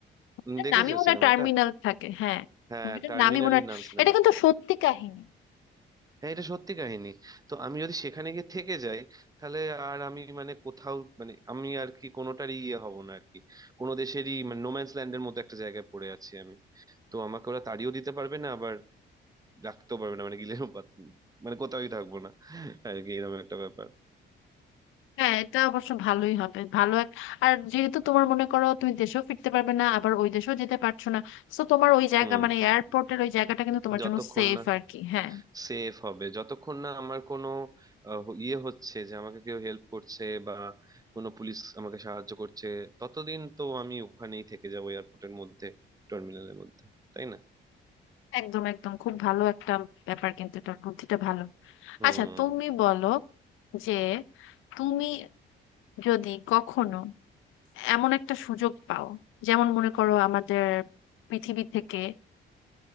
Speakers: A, on the left; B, on the right.
A: মুভিটার
B: দেখেছো
A: নামই মনে
B: সিনেমাটা
A: হয় টার্মিনাল থাকে হ্যাঁ
B: হ্যাঁ
A: মুভিটার
B: টার্মিনালি
A: নামই মনে হয়
B: নাম সিনেমাটা
A: এটা কিন্তু সত্যি কাহিনী
B: হ্যাঁ এটা সত্যি কাহিনী তো আমি যদি সেখানে গিয়ে থেকে যাই তাহলে আর আমি মানে কোথাও মানে আমি আর কি কোনোটারই ইয়ে হব না আর কি কোনো দেশেরই মানে নোম্যান্স ল্যান্ডের মতো একটা জায়গায় পড়ে আছি আমি তো আমাকে ওরা তাড়িয়েও দিতে পারবে না আবার রাখতেও পারবে না মানে গিলেও পাত- মানে কোথাওই থাকবো না আর কি এরকম একটা ব্যাপার
A: হ্যাঁ এটা অবশ্য ভালোই হবে ভালো এক আর যেহেতু তোমার মনে করো তুমি দেশেও ফিরতে পারবে না আবার ওই দেশেও যেতে পারছো না তো তোমার ওই জায়গা
B: হুম
A: মানে এয়ারপোর্টের ওই জায়গাটা কিন্তু তোমার
B: যতক্ষণ
A: জন্য সেফ
B: না
A: আর কি হ্যাঁ
B: সেফ হবে যতক্ষণ না আমার কোনো আহ, ইয়ে হচ্ছে যে আমাকে কেউ হেল্প করছে বা কোনো পুলিশ আমাকে সাহায্য করছে ততদিন তো আমি ওখানেই থেকে যাবো এয়ারপোর্টের মধ্যে টার্মিনালের মধ্যে তাই না
A: একদম একদম খুব ভালো একটা ব্যাপার কিন্তু এটা বুদ্ধিটা ভালো
B: হুম
A: আচ্ছা তুমি বলো যে তুমি যদি কখনো এমন একটা সুযোগ পাও যেমন মনে করো আমাদের পৃথিবী থেকে